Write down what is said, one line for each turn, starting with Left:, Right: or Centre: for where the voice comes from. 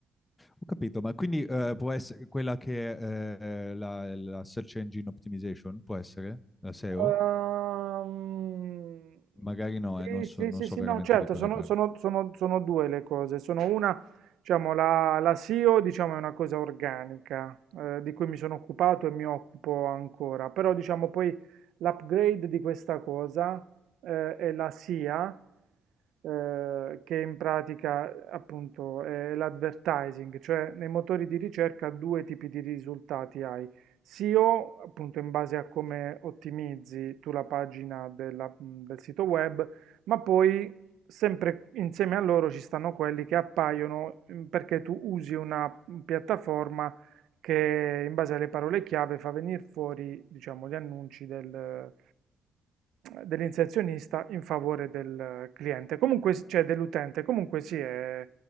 Left: Ho capito, ma quindi eh, può essere quella che è eh, la, la Search Engine Optimization, può essere? La SEO?
Right: Ehm,
Left: Magari no,
Right: sì,
Left: eh, non
Right: sì,
Left: so, non
Right: sì,
Left: so
Right: sì,
Left: veramente
Right: no, certo,
Left: di cosa
Right: sono,
Left: parli.
Right: sono- sono- sono due le cose. Sono una, diciamo, la, la SEO, diciamo, è una cosa organica, eh, di cui mi sono occupato e mi occupo ancora, però, diciamo, poi l'upgrade di questa cosa, eh, è la SIA, eh, che in pratica, appunto, è l'advertising, cioè nei motori di ricerca due tipi di risultati hai. SEO, appunto in base a come ottimizzi tu la pagina della- del sito web, ma poi sempre insieme a loro ci stanno quelli che appaiono mm, perché tu usi una mm, piattaforma che in base alle parole chiave fa venire fuori, diciamo, gli annunci del- dell'inserzionista in favore del cliente, comunque, cioè dell'utente, comunque sì, è,